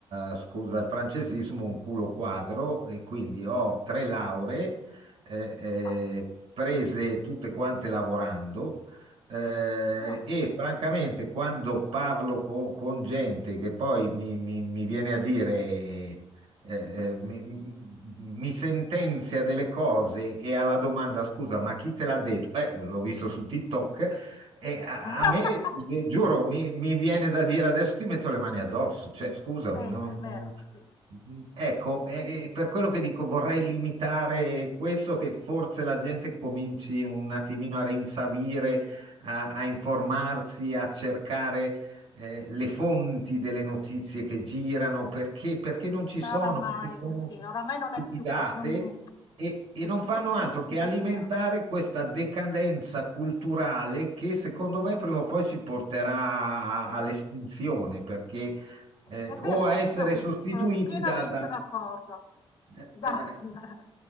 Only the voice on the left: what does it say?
Ah,
no.
<laughs>
Sì,
è vero,
sì.
Ma
oramai
sì, oramai non
è più co non
è
tutto
sul
superficiale.
Sì.
Ci
è vero,
s no,
i sono pienamente
d'accordo.
Da
<laughs>